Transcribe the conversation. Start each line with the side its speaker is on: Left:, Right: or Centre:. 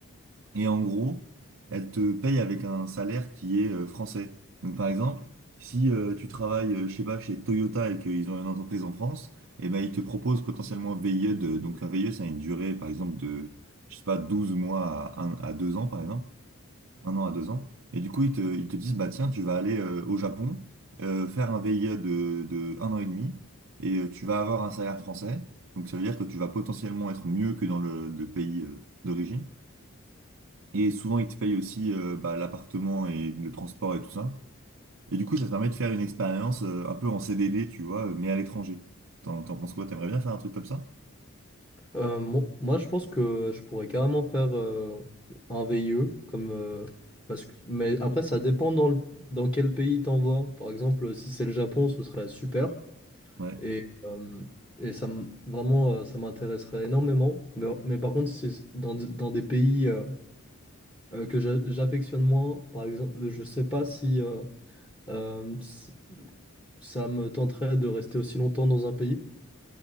Right: Et en gros, elle te paye avec un salaire qui est euh, français. Donc par exemple, si euh, tu travailles, euh, je sais pas, chez Toyota et qu'ils ont une entreprise en France, et ben ils te proposent potentiellement un VIE de, donc un VIE, ça a une durée, par exemple, de, je sais pas, 12 mois à, un, à 2 ans, par exemple, un an à deux ans. Et du coup, ils te, ils te disent, bah tiens, tu vas aller euh, au Japon, euh, faire un VIE de, de un an et demi, et euh, tu vas avoir un salaire français. Donc ça veut dire que tu vas potentiellement être mieux que dans le, le pays euh, d'origine. Et souvent, ils te payent aussi euh, bah, l'appartement et le transport et tout ça. Et du coup, ça te permet de faire une expérience euh, un peu en CDD, tu vois, euh, mais à l'étranger. T'en, t'en penses quoi? T'aimerais bien faire un truc comme ça?
Left: Euh, mo- moi, je pense que je pourrais carrément faire euh, un VIE, comme, euh, parce que, mais après, ça dépend dans, le- dans quel pays t'envoies. Par exemple, si c'est le Japon, ce serait super.
Right: Ouais,
Left: Et, euh, et ça, m- vraiment, euh, ça m'intéresserait énormément. Mais, mais par contre, si c'est dans, d- dans des pays euh, euh, que j'a- j'affectionne moins, par exemple, je sais pas si euh, euh, s- ça me tenterait de rester aussi longtemps dans un pays.